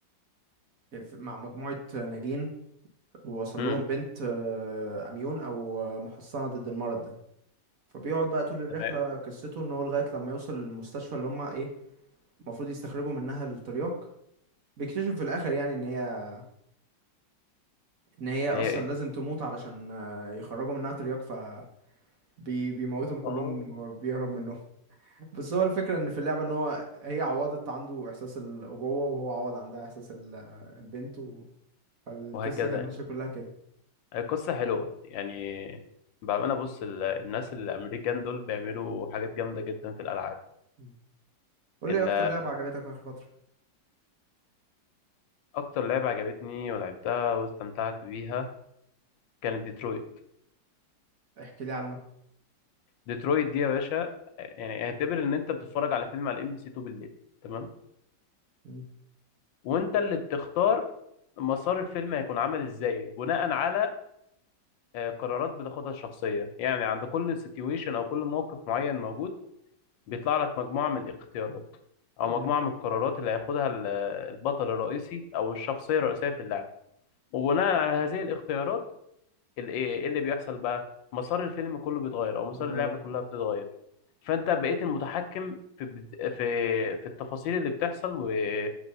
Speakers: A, on the right; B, on the left.
A: مع مجموعة ناجين ووصل
B: امم
A: لهم بنت آه، أميون أو آه، محصنة ضد المرض ده فبيقعد بقى طول الرحلة
B: تمام
A: قصته إن هو لغاية لما يوصل للمستشفى اللي هما إيه المفروض يستخرجوا منها الترياق بيكتشف في الآخر يعني إن هي إن هي أصلا
B: هي ايه
A: لازم تموت علشان آه، يخرجوا منها ترياق ف بي- بيموتهم كلهم
B: اه
A: آه، بيهرب منهم بس هو الفكرة ان في اللعبة ان هو هي عوضت عنده احساس الابوة وهو عوض عندها احساس ال- البنت و... فالقصة
B: وهكذا
A: كانت
B: يعني
A: ماشية كلها كده
B: هي قصة حلوة يعني بأمانة بص ال- الناس الأمريكان دول بيعملوا حاجات جامدة جدا في الألعاب
A: مم. قول
B: ال-
A: لي إيه اكتر لعبة عجبتك في اخر فترة
B: أكتر لعبة عجبتني ولعبتها واستمتعت بيها كانت ديترويت
A: احكي لي عنها
B: ديترويت دي يا باشا يعني اعتبر إن أنت بتتفرج على فيلم على ام بي سي 2 بالليل تمام
A: مم.
B: وأنت اللي بتختار مسار الفيلم هيكون عامل إزاي بناء على آه، قرارات بتاخدها الشخصية يعني عند كل سيتويشن أو كل موقف معين موجود بيطلع لك مجموعة من اختيارات أو
A: مم.
B: مجموعة من القرارات اللي هياخدها ال- البطل الرئيسي أو الشخصية الرئيسية في اللعبة وبناء على هذه الاختيارات ال- إيه اللي بيحصل بقى مسار الفيلم كله بيتغير أو مسار
A: بتغير
B: اللعبة كلها بتتغير فأنت بقيت المتحكم في بد- في في التفاصيل اللي بتحصل و-